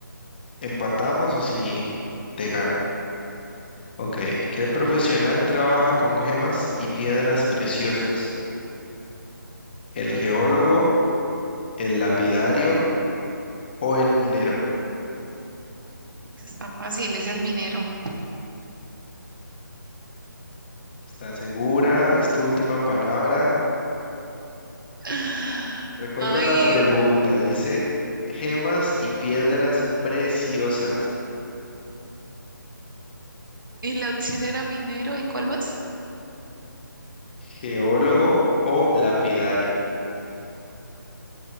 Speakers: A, on the left (about 30°); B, on the right (about 75°).
A: empatamos o si te gano. Ok, ¿qué profesional trabaja con gemas y piedras preciosas? ¿El geólogo, el lapidario o el minero?
B: Está fácil, es el minero.
A: ¿Estás segura? ¿Es tu última palabra?
B: <gasps>
A: Recuerda
B: Ay,
A: la pregunta, dice gemas y piedras preciosas,
B: y la opción era minero, ¿y cuál más?
A: geólogo o lapidario.